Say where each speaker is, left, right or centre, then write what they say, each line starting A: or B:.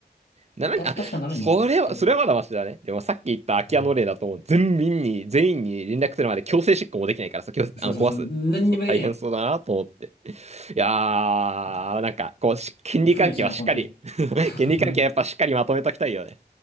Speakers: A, on the right (about 40°); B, on the left (about 80°).
A: ななにん、
B: た、た、確か7人できたけど。
A: あ、それは、それはまだマシだね。でもさっき言った空き家の例だと、
B: うん
A: もう全員に、全員に連絡するまで強制執行もできないからさ、強制、
B: そうそうそう。
A: あの、壊す。
B: 何にもできない。
A: そうそう、大変そうだなと思って。いやー、
B: う
A: なんか、こう、し権利関係はしっかり
B: ん負の遺産よ、本当に。
A: <laughs>
B: <laughs>
A: 権利関係はやっぱしっかりまとめときたいよね。